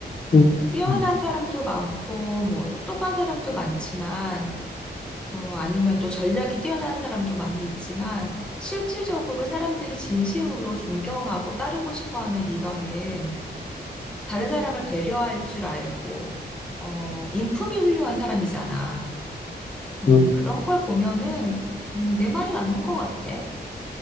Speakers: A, in the centre; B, on the left (about 35°).
A: 음,
B: 음,
A: 뛰어난
B: 음,
A: 사람도 많고 뭐 똑똑한 사람도 많지만 음, 아니면 또 전략이 뛰어난 사람도 많이 있지만 실질적으로 사람들이 진심으로 존경하고 따르고 싶어하는 리더는 다른 사람을 배려할 줄 알고, 어, 인품이 훌륭한 사람이잖아. 음,
B: 음,
A: 그런 걸 보면은, 음, 내 말이 맞는 것 같아.